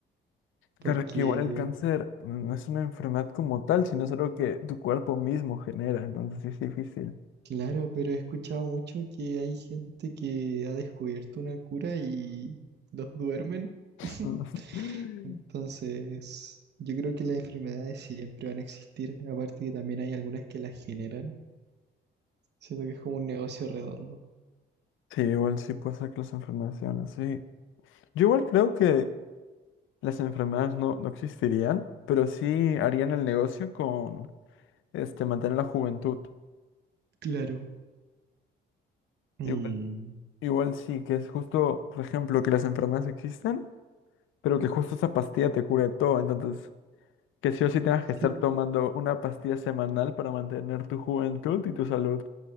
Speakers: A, on the right; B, on the left.
A: porque
B: Claro, es que igual el cáncer no es una enfermedad como tal, sino es algo que tu cuerpo mismo genera, entonces sí es difícil.
A: Claro, pero he escuchado mucho que hay gente que ha descubierto una cura y los duermen.
B: <laughs>
A: <laughs> Entonces, yo creo que las enfermedades siempre van a existir, aparte que también hay algunas que las generan. Siento que es como un negocio redondo.
B: Sí, igual sí puede ser que las enfermedades sean así. Yo igual creo que las enfermedades no, no existirían, pero sí harían el negocio con este mantener la juventud.
A: Claro. Mm,
B: Igual, igual sí, que es justo, por ejemplo, que las enfermedades existen, pero que justo esa pastilla te cure todo. Entonces, que sí o sí tengas
A: sí,
B: que estar tomando una pastilla semanal para mantener tu juventud y tu salud.